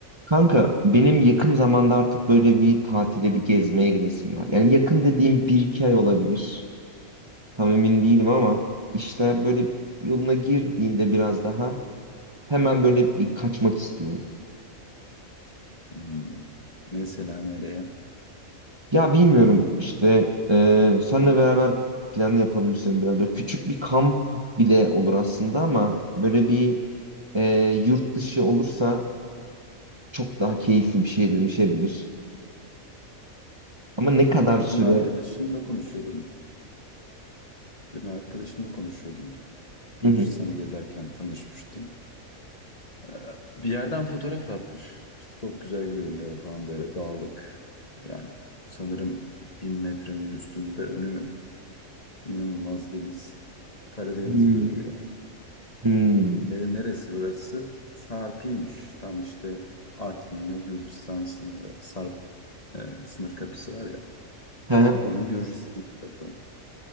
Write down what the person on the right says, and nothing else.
Kanka benim yakın zamanda artık böyle bir tatile bir gezmeye gidesim var. Yani yakın dediğim bir iki ay olabilir. Tam emin değilim ama işler böyle yoluna girdiğinde biraz daha hemen böyle bir kaçmak istiyorum.
Ya bilmiyorum işte e, senle beraber plan yapalım istiyorum biraz. Böyle küçük bir kamp bile olur aslında ama böyle bir e, yurt dışı olursa çok daha keyifli bir şeye dönüşebilir. Ama ne kadar
süre...
Hı hı.
Hmm.
Hmm.
Hı hı.